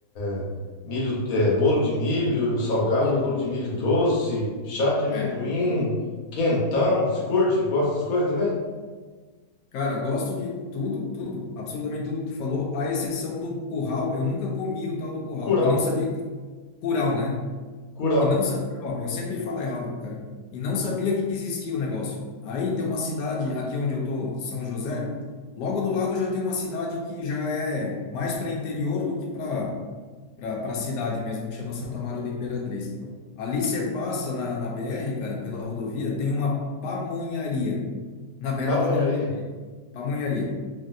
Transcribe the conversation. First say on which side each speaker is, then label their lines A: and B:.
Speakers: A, on the left; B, on the left.
A: é, milho, é, bolo de milho salgado,
B: Bolo
A: bolo
B: de milho.
A: de milho doce, chá de amendoim,
B: É.
A: quentão. Você curte? Gosta dessas coisas também?
B: Cara, gosto de tudo, tudo, absolutamente tudo que tu falou, à exceção do curral. Eu nunca comi o tal do curral
A: Curau,
B: e não sabia curau, né?
A: curau,
B: E não sabia, ó, eu sempre falo errado, cara. E não sabia que existia o negócio. Aí tem uma cidade aqui onde eu tô, São José, logo do lado já tem uma cidade que já é mais para interior do que para para para cidade mesmo, que chama Santa Amaro da Imperatriz. Ali você passa na, na BR, cara, pela rodovia, tem uma pamonharia na beirada
A: pamonharia.
B: da rodovia. Pamonharia.